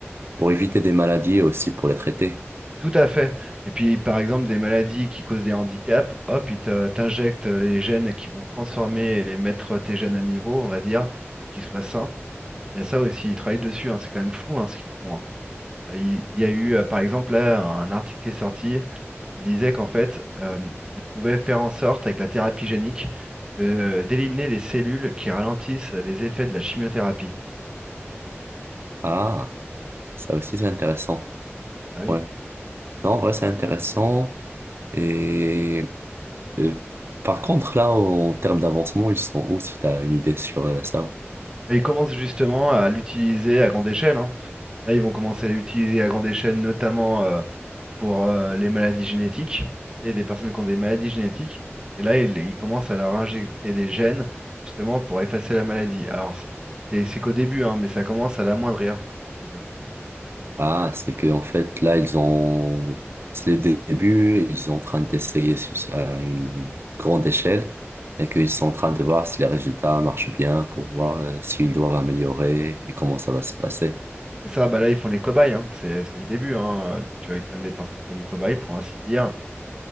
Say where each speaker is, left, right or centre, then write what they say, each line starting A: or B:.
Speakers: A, on the right; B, on the right.
A: Pour éviter des maladies et aussi pour les traiter.
B: Tout à fait. Et puis, par exemple, des maladies qui causent des handicaps, hop, ils te- t'injectent les gènes qui vont transformer et les mettre tes gènes à niveau, on va dire, pour qu'ils soient sains. Il y a ça aussi, ils travaillent dessus, hein. C'est quand même fou hein, ce qu'ils font. hein. Euh, Il il y a eu, euh, par exemple, là, un article qui est sorti. qui disait qu'en fait, euh, il pouvait faire en sorte, avec la thérapie génique, de- euh, d'éliminer les cellules qui ralentissent les effets de la chimiothérapie.
A: Ah, ça aussi, c'est intéressant.
B: Ah oui.
A: Ouais. Non, en vrai, c'est intéressant. Et euh, par contre, là, en termes d'avancement, ils sont où, si tu as une idée sur euh, ça?
B: Et ils commencent justement à l'utiliser à grande échelle, hein. Là, ils vont commencer à l'utiliser à grande échelle, notamment euh, pour euh, les maladies génétiques, et des personnes qui ont des maladies génétiques. Et là, ils, ils commencent à leur injecter des gènes, justement, pour effacer la maladie. Alors, c'est c'est qu'au début, hein, mais ça commence à l'amoindrir, visiblement.
A: Ah, c'est que en fait, là, ils ont... C'est le dé- début, et ils sont en train d'essayer sur- à une grande échelle et qu'ils sont en train de voir si les résultats marchent bien pour voir euh, s'ils doivent améliorer et comment ça va se passer.
B: C'est ça, bah là ils font les cobayes, hein. C'est c'est le début, hein. Donc euh, ils prennent des personnes comme cobayes pour ainsi dire.